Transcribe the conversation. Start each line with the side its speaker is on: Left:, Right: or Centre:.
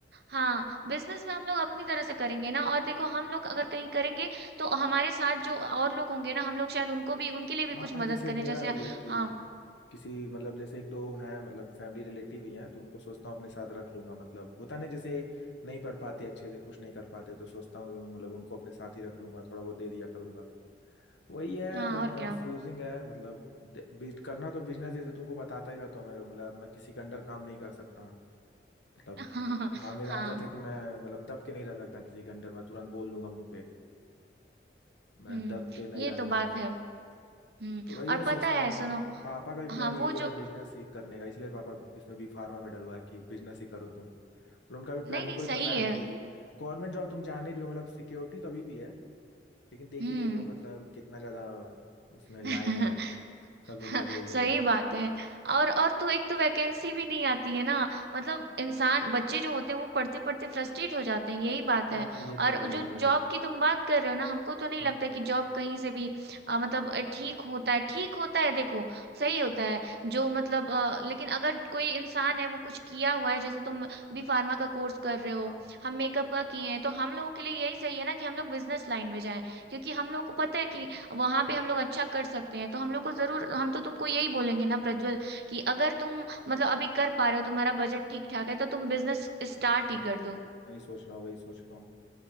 Right: हाँ बिजनेस में हम लोग अपनी तरह से करेंगे ना और देखो हम लोग अगर कहीं करेंगे तो हमारे साथ जो और लोग होंगे ना हम लोग शायद उनको भी उनके लिए भी
Left: हाँ
Right: कुछ
Left: हाँ
Right: मदद
Left: जैसे
Right: करें
Left: मेरा
Right: जैसे
Left: भी है कि
Right: हाँ
Left: किसी मतलब जैसे एक दो हैं मतलब फैमिली रिलेटिव ही हैं तो उनको सोचता हूँ अपने साथ रख लूंगा मतलब होता नहीं जैसे नहीं पढ़ पाते अच्छे से कुछ नहीं कर पाते तो सोचता हूँ कि मतलब उनको अपने साथ ही रख लूंगा थोड़ा बहुत दे दिया करूंगा वही है
Right: हाँ
Left: थोड़ा
Right: और
Left: कंफ्यूजिंग
Right: क्या
Left: है मतलब दे- बिज- करना तो बिजनेस जैसे तुमको बताता ही रहता हूँ मेरे मतलब मैं किसी के अंडर काम नहीं कर सकता मतलब
Right: हाँ
Left: हाँ मेरी
Right: हाँ
Left: आदत है कि मैं मतलब दब के नहीं रह सकता किसी के अंडर मैं तुरंत बोल दूंगा मुंह पे मैं
Right: हम्म
Left: दब के नहीं
Right: ये
Left: रहने
Right: तो
Left: वाला
Right: बात
Left: हूँ
Right: है हम्म
Left: तो वही
Right: और
Left: है सोचता
Right: पता
Left: हूँ
Right: है सुनो
Left: पापा का भी
Right: हाँ
Left: प्लान यही
Right: वो
Left: है
Right: जो
Left: बिजनेस ही करने का इसलिए पापा इसमें भी फार्मा में डलवा है कि बिजनेस ही करो तुम और उनका भी प्लान
Right: नहीं नहीं
Left: उनको
Right: सही
Left: भी पता है
Right: है
Left: कि गवर्नमेंट जॉब तुम जान ही रही हो मतलब सिक्योरिटी तो अभी भी है लेकिन देख
Right: हम्म
Left: ही रही हो मतलब कितना ज्यादा उसमें लाइन
Right: <laughs>
Left: है सब
Right: <laughs>
Left: लोग लगे हुए
Right: सही
Left: हैं
Right: बात है और और तो एक तो वैकेंसी भी नहीं आती है ना मतलब इंसान बच्चे जो होते हैं वो पढ़ते पढ़ते फ्रस्ट्रेट हो जाते हैं यही बात
Left: हाँ
Right: है
Left: ये तो
Right: और
Left: है ये
Right: जो
Left: तो है
Right: जॉब की तुम बात कर रहे हो ना हमको तो नहीं
Left: हाँ
Right: लगता कि
Left: हाँ
Right: जॉब कहीं से भी अ, मतलब अ, ठीक होता है ठीक होता है देखो सही होता है जो मतलब अ, लेकिन अगर कोई इंसान है वो कुछ किया हुआ है जैसे तुम भी फार्मा का कोर्स कर रहे हो
Left: हाँ
Right: हम मेकअप का किए हैं तो हम लोगों के लिए यही सही है ना कि हम लोग बिजनेस लाइन में जाएं क्योंकि हम लोगों को पता है कि वहां पे हम लोग अच्छा कर सकते हैं तो हम लोग को जरूर हम तो तुमको यही बोलेंगे ना प्रज्वल कि अगर तुम मतलब अभी कर पा रहे हो तुम्हारा बजट ठीक ठाक है तो तुम बिजनेस स्टार्ट ही
Left: हाँ,
Right: कर दो
Left: हाँ, वही सोच रहा हूँ वही सोच रहा हूँ